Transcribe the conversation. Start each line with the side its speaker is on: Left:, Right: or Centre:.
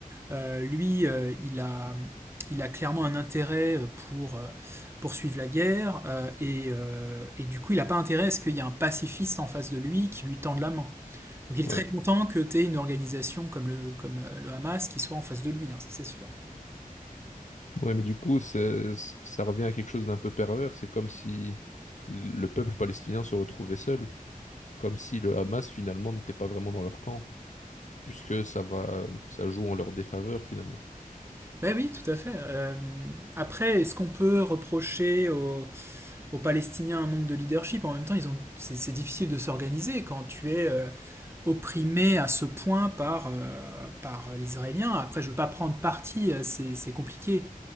Right: Euh, lui, euh, il a, il a clairement un intérêt euh, pour euh, poursuivre la guerre euh, et, euh, et, du coup, il n'a pas intérêt à ce qu'il y ait un pacifiste en face de lui qui lui tende la main. Donc il est
Left: Ouais.
Right: très content que tu aies une organisation comme le, comme euh, le Hamas qui soit en face de lui, hein, ça c'est sûr.
Left: Ouais, mais du coup, c'est- ça revient à quelque chose d'un peu pervers. C'est comme si le peuple palestinien se retrouvait seul, comme si le Hamas finalement n'était pas vraiment dans leur camp, puisque ça va, ça joue en leur défaveur finalement.
Right: Ben oui, tout à fait. Euh, après, est-ce qu'on peut reprocher aux, aux, Palestiniens un manque de leadership En même temps, ils ont, c'est, c'est difficile de s'organiser quand tu es euh, opprimé à ce point par, euh, par les Israéliens. Après, je ne veux pas prendre parti, euh, c'est c'est compliqué,